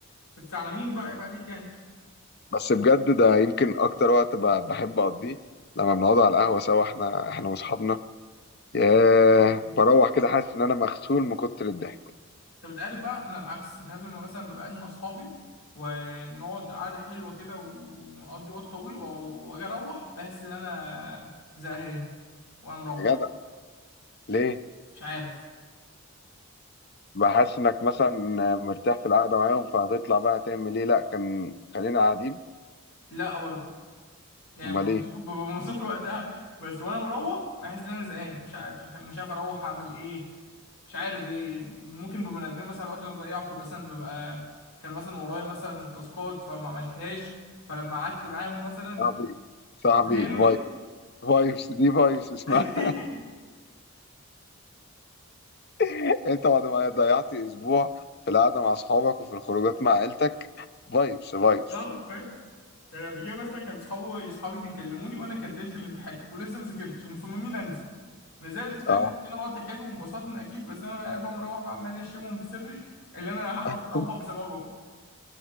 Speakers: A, on the left; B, on the left.
A: بس على مين بقى يبقى عليك يعني
B: بس بجد ده يمكن اكتر وقت ب- بحب اقضيه لما بنقعد على القهوه سوا احنا احنا واصحابنا ياه بروح كده حاسس ان انا مغسول من كتر الضحك
A: انت بتعرف بقى انا العكس انت عارف لما مثلا ببقى قاعد مع اصحابي ونقعد قعده حلوه كده ونقضي وقت طويل و- واجي اروح بحس ان انا زهقان وانا مروح
B: يا جدع ليه
A: مش عارف
B: بحس انك مثلا مرتاح في القعده معاهم فهتطلع بقى هتعمل ايه لا كان خلينا قاعدين
A: لا برضه يعني
B: امال
A: ببقى مبسوط
B: ايه
A: ببقى مبسوط <laughs> وقتها بس وانا مروح بحس ان انا زهقان مش عارف مش مش عارف اروح اعمل ايه مش عارف إيه. ممكن ببقى ندمان مثلا على الوقت اللي انا ضيعته بس انا ببقى كان مثلا ورايا مثلا تاسكات فما عملتهاش فلما قعدت معاهم مثلا
B: صاحبي صاحبي
A: فاهمني
B: فايبس فايبس دي فايبس اسمها
A: <laughs>
B: <laughs> انت بعد ما ضيعت اسبوع في القعده مع اصحابك وفي الخروجات مع عيلتك فايبس فايبس
A: اه فاهم يعني قبل كده مثلا كان صحابي صحابي بيكلموني وانا كان ليله الامتحان ولسه ما ذاكرتش ومصممين انزل نزلت فاهم
B: اه
A: وقضينا وقت حلو وانبسطنا اكيد بس انا قاعد بقى مروح بقى عمال اشتمهم في سري اللي انا هروح
B: <laughs>
A: اطبق بسببهم